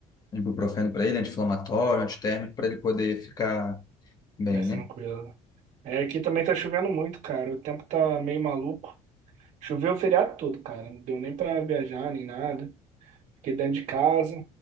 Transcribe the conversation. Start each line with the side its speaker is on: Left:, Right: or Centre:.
Left: ibuprofeno para ele, anti-inflamatório, antitérmico, para ele poder ficar bem,
Right: Mas
Left: né?
Right: tranquilo. É, aqui também tá chovendo muito, cara. O tempo tá meio maluco. Choveu o feriado todo, cara. Não deu nem pra viajar, nem nada. Fiquei dentro de casa.